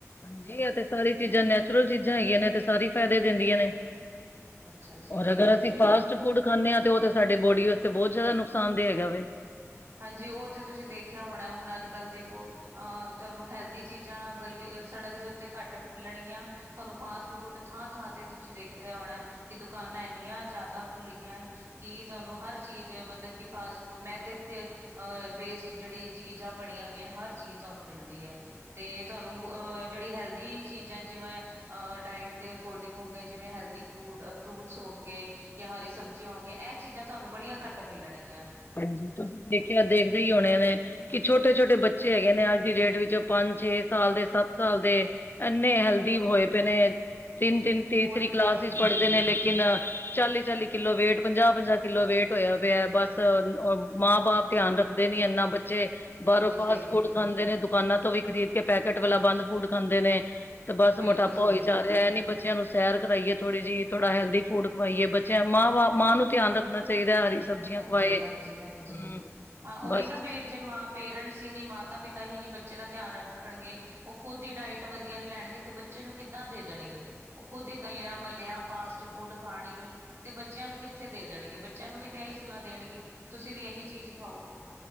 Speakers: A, on the left; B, on the right.
A: ਹਾਂਜੀ ਆ ਤੇ ਸਾਰੀ ਚੀਜ਼ਾਂ ਨੈਚੁਰਲ ਚੀਜ਼ਾਂ ਹਾਗੀਏ ਨੇ ਸਾਰੀ ਫਾਇਦੇ ਦਿੰਦੀਆਂ ਨੇ।
B: ਅੱਛਾ ਜੀ
A: ਔਰ
B: ਠੀਕ
A: ਅਗਰ ਅਸੀਂ
B: ਹੈ ਜੀ
A: ਪਾਸ ਫੂਡ ਖਾਂਦੇ ਆਂ ਉਹ ਤਾਂ ਸਾਡੇ ਬੋਡੀ ਵਾਸਤੇ ਬਹੁਤ ਜ਼ਿਆਦਾ ਨੁਕਸਾਨ ਦੇ ਹੈਗਾ ਵ
B: ਹਾਂਜੀ ਉਹ ਤੇ ਤੁਸੀਂ ਦੇਖਿਆ ਹੋਣਾ ਹੁਣ ਅੱਜ ਕੱਲ੍ਹ ਦੇਖੋ ਅਹ ਤੁਹਾਨੂੰ ਹੈਲਦੀ ਚੀਜ਼ਾਂ ਗਲੀ ਸੜਕ ਦੇ ਉੱਤੇ ਘੱਟ ਮਿਲਣਗੀਆਂ ਤੁਹਾਨੂੰ ਫਾਸਟ ਫੂਡ ਥਾਂ-ਥਾਂ ਤੇ ਤੁਸੀਂ ਦੇਖਿਆ ਹੋਣਾ ਕਿ ਦੁਕਾਨਾਂ ਇੰਨੀਆਂ ਜੀਆਦਾ ਖੁੱਲ ਗਈਆਂ ਹਨ ਕਿ ਤੁਹਾਨੂੰ ਹਰ ਚੀਜ਼ ਮਤਲਬ ਕਿ ਫਾਸਟ ਫੂਡ ਮੈਂ ਅਹ ਬੇਸਡ ਜਿਹੜੀ ਚੀਜ਼ਾਂ ਬਣੀਆਂ ਹੋਈਆਂ ਨੇ ਹਰ ਚੀਜ਼ ਤੁਹਾਨੂੰ ਮਿਲਦੀ ਹੈ ਤੇ ਤੁਹਾਨੂੰ ਅਹ ਜਿਹੜੀ ਹੈਲਦੀ ਚੀਜ਼ਾਂ ਜਿਵੇਂ ਅ ਡਾਇਟ ਦੇ ਅਕੋਰਡਿੰਗ ਹੋ ਗ ਜਿਵੇਂ ਹੈਲਦੀ ਫੂਡ ਫਰੂਟਸ ਹੋ ਗਏ ਜਾਂ ਹਰੀ ਸਬਜ਼ੀਆਂ ਹੋ ਗਈਆਂ ਇਹ ਚੀਜ਼ਾਂ ਤੁਹਾਨੂੰ ਬੜੀਆਂ ਘੱਟ ਮਿਲਣਗੀਆਂ।
A: ਹਾਂਜੀ ਤੁਸੀਂ ਦੇਖਿਆ ਦੇਖਦੇ ਹੀ ਹੋਣੇ ਨੇ। ਕਿ ਛੋਟੇ ਛੋਟੇ ਬੱਚੇ ਹੈਗੇ ਨੇ ਅੱਜ ਦੀ ਡੇਟ ਵਿੱਚ ਪੰਜ ਛੇ ਸਾਲ ਦੇ ਸੱਤ ਸਾਲ ਦੇ ਇੰਨੇ ਹਲਦੀ ਹੋਏ ਪਏ ਨੇ ਤਿੰਨ ਤਿੰਨ ਤੀਸਰੀ
B: ਬਹੁਤ
A: ਕਲਾਸ
B: ਹਾਂਜੀ
A: ਪੜ੍ਹਦੇ ਨੇ ਲੇਕਿਨ ਚਾਲੀ -ਚਾਲੀ ਕਿੱਲੋ ਵੇਟ ਪੰਜਾਹ -ਪੰਜਾਹ ਕਿੱਲੋ ਵੇਟ ਹੋਇਆ ਪਇਆ ਬਸ ਬਸ ਮਾਂ ਬਾਪ ਧਿਆਨ ਰੱਖਦੇ ਨੀ ਇੰਨਾ ਬ ਤੇ
B: ਬਿਲਕੁਲ
A: ਬਾਹਰੋਂ
B: ਸਹੀ
A: ਫਾਸਟ
B: ਜੀ
A: ਫੂਡ ਖਾਂਦੇ ਨੇ ਦੁਕਾਨਾਂ ਤੋਂ ਵੀ ਖਰੀਦ ਕੇ ਪੈਕੇਟ ਵਾਲਾ ਬੰਦ ਫੂਡ ਖਾਂਦੇ ਨੇ। ਤੇ ਬਸ
B: ਬਿਲਕੁਲ
A: ਮੋਟਾਪਾ
B: ਸਹੀ
A: ਹੋਈ ਜਾ
B: ਹਾਂਜੀ
A: ਰਿਹਾ ਏਹ ਨੀ ਬੱਚਿਆਂ ਨੂੰ ਸੈਰ ਕਰਵਾਈਏ ਥੋੜੀ ਜਿਹੀ ਥੋੜ੍ਹਾ ਹੈਲਦੀ ਫੂਡ ਖਾਵਾਈਏ ਬੱਚਿਆਂ ਮਾਂਵਾਂ ਮਾਂ ਨੂੰ ਧਿਆਨ ਰੱਖਣਾ ਚਾਹੀਦਾ ਹੈ ਹਰੀ ਸਬਜ਼ੀਆਂ ਖਵਾਏ
B: ਤੇ ਹਾਂਜੀ -ਹਾਂਜੀ
A: ਹੂੰ
B: ਹਾਂ ਉਹੀ
A: ਬਸ
B: ਨਾ ਫਿਰ ਜੇ ਮਾਂ ਪੇਰੈਂਟਸ ਹੀ ਨੀ ਮਾਤਾ ਪਿਤਾ ਹੀ ਨੀ ਬੱਚੇ ਦਾ ਧਿਆਨ ਰੱਖਣਗੇ ਉਹ ਖੁਦ ਦੀ ਡਾਇਟ ਵਧੀਆ ਨਹੀਂ ਲੈਣਗੇ ਤੇ ਬੱਚੇ ਨੂੰ ਕਿੱਦਾਂ ਦੇ ਦੇਣਗੇ ਉਹ ਖੁਦ ਹੀ ਤਲਿਆ -ਮਲਿਆ ਫਾਸਟ ਫੂਡ ਖਾਣਗੇ ਤੇ ਬੱਚਿਆਂ ਨੂੰ ਕਿੱਥੇ ਦੇ ਦੇਣਗੇ ਬੱਚਿਆਂ ਨੂੰ ਵੀ ਤੇ ਇਹੀ ਸਲਾਹ ਦੇਣਗੇ ਤੁਸੀਂ ਵੀ ਇਹੀ ਚੀਜ਼ ਖਾਓ।